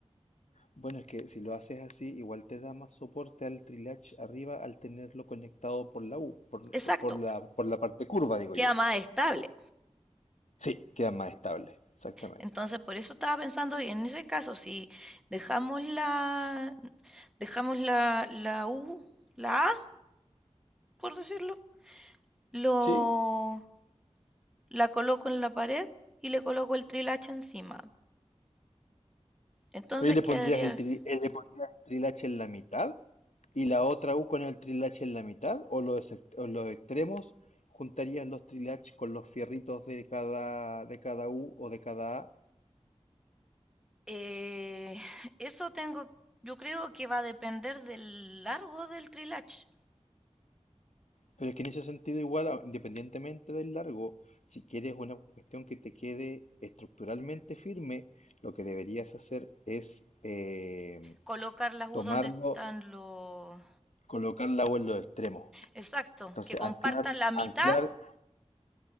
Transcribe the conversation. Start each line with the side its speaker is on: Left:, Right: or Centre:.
Left: Bueno, es que si lo haces así, igual te da más soporte al trilatch arriba al tenerlo conectado por la U, por,
Centre: Exacto,
Left: por la,
Centre: po.
Left: por la parte curva, digo
Centre: queda
Left: yo.
Centre: más estable.
Left: Sí, queda más estable, exactamente.
Centre: Entonces, por eso estaba pensando que en ese caso, si dejamos la, dejamos la, la U, la A, por decirlo, lo,
Left: Sí,
Centre: la coloco en la pared y le coloco el trilacha encima. Entonces
Left: Pero ahí le
Centre: quedaría...
Left: pondrías el, tri- eh, le pondrías el trilache en la mitad y la otra U con el trilache en la mitad o los, ex- o los extremos juntarías los trilaches con los fierritos de cada, de cada U o de cada A.
Centre: Eh, eso tengo, yo creo que va a depender del largo del trilach.
Left: Pero es que en ese sentido igual, a- independientemente del largo, si quieres una cuestión que te quede estructuralmente firme, lo que deberías hacer es eh,
Centre: Colocar las U
Left: tomarlo,
Centre: donde están los...
Left: colocar la U en los extremos.
Centre: Exacto,
Left: Entonces,
Centre: que compartan
Left: anclar,
Centre: la mitad
Left: anclar